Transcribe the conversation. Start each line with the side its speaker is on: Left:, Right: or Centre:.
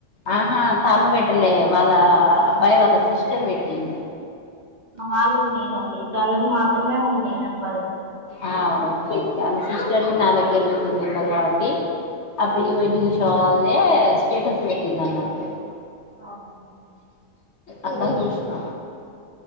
Left: ఆహా తను పెట్టలే వాళ్ళ అబ్బాయి వాళ్ళ సిస్టర్ పెట్టింది
Right: వాళ్ళది లేదండి తనది మాత్రమే ఉంది నెంబరు
Left: ఆ వ్ ఓకే ఓకే ఆలా సిస్టర్ది నా దగ్గర ఉంది నెంబర్ కాబట్టి, ఆ ప్రీ వెడ్డింగ్ షోది దే స్టేటస్ పెట్టింది అన్నట్టు
Right: అవునా
Left: అట్ల చూసిన